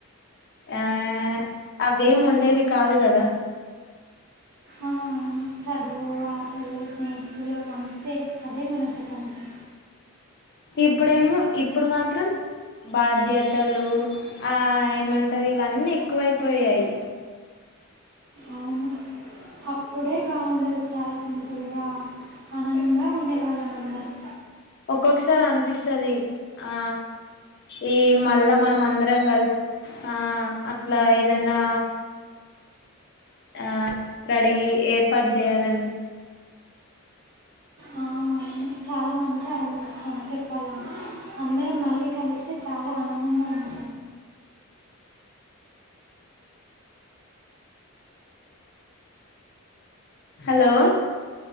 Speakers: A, on the left; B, on the right.
A: ఆ అవేం ఉండేవి కాదు కదా
B: ఆ, అవును చదువు వార్తలు స్నేహితులు అంతే అదే మన ప్రపంచం
A: ఇప్పుడేమో ఇప్పుడు మాత్రం బాధ్యతలు, ఆ ఏమంటారు ఇవన్నీ ఎక్కువయిపోయాయి.
B: అవును అప్పుడే బాగుండదు చాలా సింపుల్గా ఆనందంగా ఉండేవాళ్ళం అందరం
A: ఒక్కొక్కసారి అనిపిస్తది, ఆ ఈ మళ్ళా మనం అందరం కలిసి ఆ అట్లా ఏదనా ఆ అడిగి ఏర్పాటు చేయాలని
B: ఆ, అవును చాలా మంచిగా ఆదుపిస్తాను చెప్పాలంటే అందరం మళ్ళీ కలిస్తే చాలా ఆనందంగా ఉ
A: హలో